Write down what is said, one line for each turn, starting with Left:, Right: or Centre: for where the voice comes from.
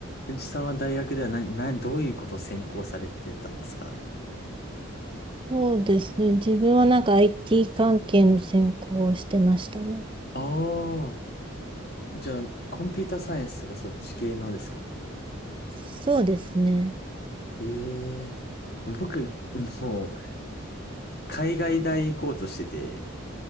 Left: くじさんは大学では何、何、どういうことを専攻されてたんですか
Right: そうですね。自分はなんか IT 関係の専攻をしてましたね。
Left: ああー、じゃあ、コンピュータサイエンスとかそっち系のですか
Right: そうですね。
Left: ええ僕、もう、海外大行こうとしてて、